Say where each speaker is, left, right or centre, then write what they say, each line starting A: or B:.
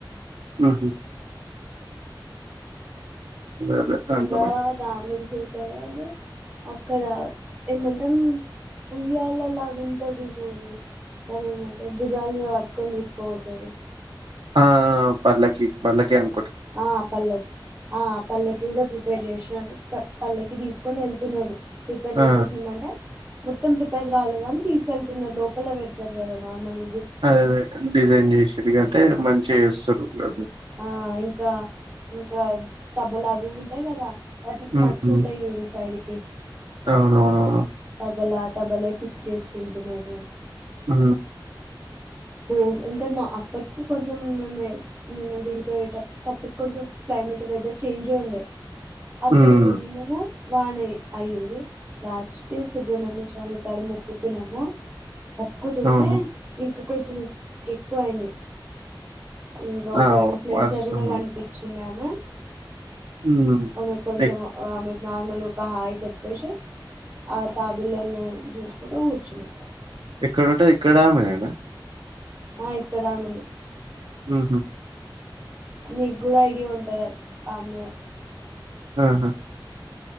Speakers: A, on the right; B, on the right.
A: హుహు. అదే
B: ఇంకా
A: అర్థమైంది.
B: రాముడి చేతారు వాళ్ళు అక్కడ ఏమంటే పుయ్యాళలాగా ఉంటుంది చూడు దాని ఏమంటే భుజాలుగా పట్టుకొని తీసుకోపోతాారు
A: ఆ పల్లకి పల్లకి అం
B: ఆ పల్లకి ఆ పల్లకి కూడా ప్రిపేర్ చేసినారు పల్లెకి తీసుకొని వెళ్తున్నారు ప్రిపేర్ చేయకవచ్చుమ్మంట
A: ఆ!
B: మొత్తం ప్రిపేర్ కవాలే గానీ తీసుకెళ్తున్నారు లోపల పెడతారు కదా నార్మల్
A: అది అదే డిజైన్ చేసేది కంటే మంచి చేస్తారు అది
B: ఆ ఇంకా ఇంకా తబ్బలు అవి ఉంటాయి కదా వాటికి
A: హ్మ్.
B: నచ్చుంటాయి చూడు సైడ్కి కే
A: అవునవునవును.
B: తబలా తబలా ఫిక్స్ చేసుకుంటున్నారు
A: ఆ
B: పో ఇంకా నా అప్పటికి కొంచెం మేమే నిన్న గుడికి ఎల్లే టప్పటికి అప్పటి కొంచెం క్లైమేట్ వెదర్ చేంజ్ ఉండే అక్కడ
A: హ్మ్.
B: పోయినాన బానే అయింది లాస్ట్కీ సుబ్రహ్మణ్య స్వామి కాడ ముక్కుతున్నాము బుక్కుతుంటే
A: అవును.
B: ఇంక కొంచెం ఎక్కువ అయింది ఇంకా ఒక
A: ఆ!
B: ఇన్ఫ్లుయెన్సర్
A: వర్షం.
B: కూడా కనిపించింది అమే
A: హ్మ్.
B: ఆ అమె కొంచం
A: ఎ
B: ఆహ్ ఆమె నార్మల్ ఒక హాయి చెప్పేసి, ఆ తాబిల్లల్ని చూసుకుంటూ కూర్చున్నా
A: ఎక్కడుంటది? ఇక్కడ ఆమెనేనా?
B: ఆ ఇక్కడ ఆమెను
A: ఉహు
B: నిక్ కూడా ఐడియా ఉం టద ఆమ్మె
A: ఆహా